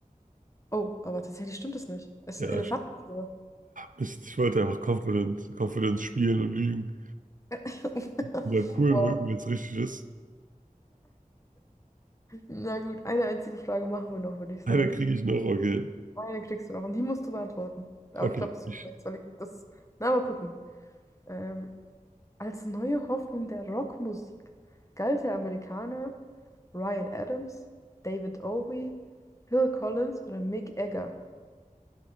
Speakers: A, on the left; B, on the right.
A: Oh, aber tatsächlich stimmt es nicht. Es ist
B: Ja,
A: ein Elefantenführer.
B: ich- Mist, ich wollte einfach Confidence, Confidence spielen und lügen.
A: <laughs>
B: Und cool
A: Wow.
B: wirken, jetzt richtig ist.
A: Na gut, eine einzige Frage machen wir noch, würde ich sagen.
B: Eine kriege ich noch, okay.
A: Eine kriegst du noch und die musst du beantworten. Aber
B: Okay,
A: ich glaube, das
B: ich,
A: wird nichts, weil ich das. Na, mal gucken. Ähm, als neue Hoffnung der Rockmusik galt der Amerikaner Ryan Adams, David Owie, Phil Collins oder Mick Jagger?